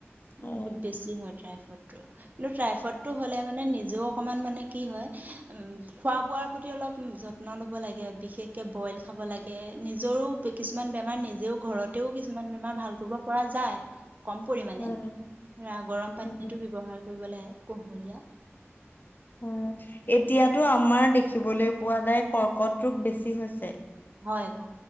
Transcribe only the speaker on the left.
হয়
হয়
হয়
হয় এতিয়াতো আমাৰ দেখিবলৈ পোৱা যায় কৰ্কট ৰোগ বেছি হৈছে